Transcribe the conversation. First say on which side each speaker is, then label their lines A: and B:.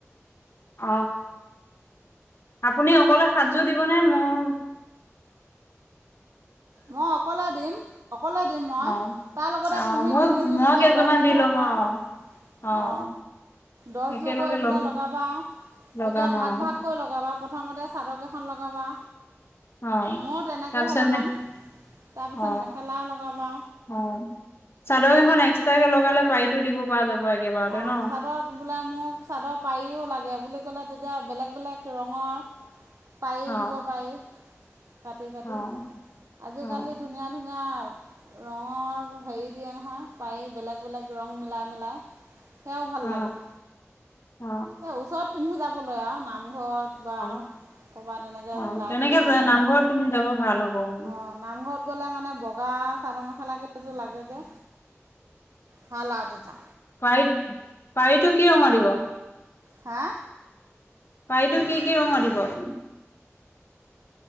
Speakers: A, on the left; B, on the right.
A: অ আপুনি অকলে সাজযোৰ দিবনে মই-
B: মই অকলে দিম। অকলে দিম মই
A: অ',
B: তাৰ লগতে
A: অ',
B: তুমি
A: মই
B: তিনিযোৰ
A: মই
B: দিবা
A: কেইযোৰমান
B: দহযোৰ
A: দি
B: হ'ব
A: ল'ম
B: অ
A: অ',
B: দহযোৰ
A: একেলগে
B: কৰিব
A: লগ
B: পেলাই লগাবা তেতিয়া
A: লগাম
B: ভাগ
A: অ',
B: ভাগ কৈ লগাবা। প্ৰথমতে চাদৰ কেইখন লগাবা।
A: হয়
B: ময়ো তেনেকৈহে
A: তাৰপিছতে।
B: লগাম তাৰপিছত
A: অ
B: মেখেলা লগাবা
A: অ চাদৰ কেইখন এক্স- তে লগালে পাৰিতো দিব পৰা যাব। একেবাৰতে
B: অ
A: ন
B: চাদত বোলে মোক চাদৰ পাৰিও লাগে বুলি। ক'লে তেতিয়া বেলেগ বেলেগ ৰঙৰ- পায়ি
A: অ
B: দিব পাৰি। কাটি কাটি
A: অ
B: আজিকালি
A: অ
B: ধুনীয়া ধুনীয়া- ৰঙৰ হেৰি দিয়ে নহয় পাৰি বেলেগ বেলেগ ৰং মিলাই মিলাই। সেয়াও ভাল
A: অ
B: লাগে,
A: অ
B: এ ওচৰত চুন যাবলৈ আও নামঘৰত বা
A: অ
B: ক'ৰবাত এনেকৈ
A: অ
B: ওলাই
A: তেনেকে
B: কৰি গ'লে
A: যে নামঘৰত পিন্ধি যাব ভাল হ'ব, উ
B: অঁ নামঘৰত গ'লে মানে বগা চাদৰ মেখেলা কেইযোৰ লাগে যে, হা লাও তেতা
A: পাৰীত পাৰীটো কি ৰঙৰ দিব?
B: হা
A: পানীটো কি কি ৰঙৰ দিব আপুনি?